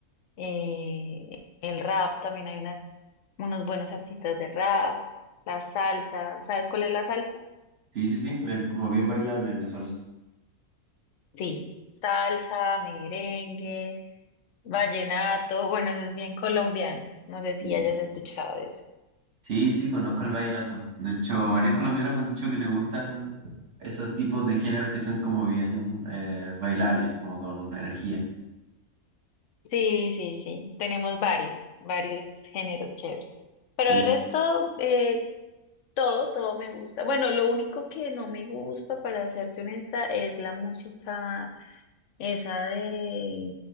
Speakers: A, on the left; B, on the right.
A: eh, el rap, también hay unas, unos buenos artistas de rap, la salsa. ¿Sabes cuál es la salsa?
B: Sí, sí, sí, es como bien bailable la salsa.
A: Sí, salsa, merengue. Vallenato, bueno, eso es bien colombiano. No sé si
B: Y-
A: hayas escuchado eso.
B: Sí, sí, conozco el vallenato. De hecho, varios colombianos me han dicho que les gustan esos tipos de géneros que son como bien eh, bailables, como con energía.
A: Sí, sí, sí. Tenemos varios, varios géneros chéveres. Pero
B: Sí.
A: el resto, eh, todo, todo me gusta. Bueno, lo único que no me gusta, para serte honesta, es la música esa de,